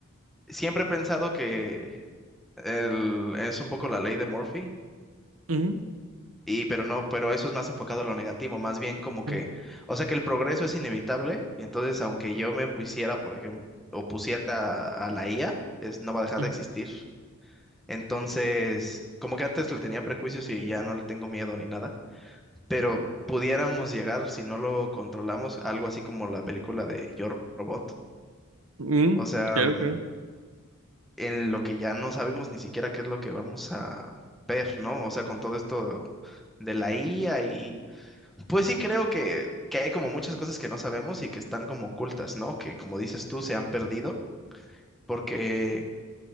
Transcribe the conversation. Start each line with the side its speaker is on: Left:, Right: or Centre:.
Centre: siempre he pensado que el- es un poco la ley de Murphy,
Right: ujú,
Centre: y pero no, pero eso es más enfocado a lo negativo, más bien como que,
Right: ujú,
Centre: o sea, que el progreso es inevitable, y entonces aunque yo me pusiera, por ejemplo, o pusiera a la IA, es, no va a dejar
Right: ujú,
Centre: de existir. Entonces, como que antes le tenía prejuicios y ya no le tengo miedo ni nada, pero pudiéramos llegar, si no lo controlamos, a algo así como la película de Yo Robot.
Right: mm, mm,
Centre: O sea,
Right: creo
Centre: mm,
Right: que-
Centre: en lo que ya no sabemos ni siquiera qué es lo que vamos a ver, ¿no? O sea, con todo esto de la IA y pues sí creo que, que hay como muchas cosas que no sabemos y que están como ocultas, ¿no? Que como dices tú, se han perdido porque,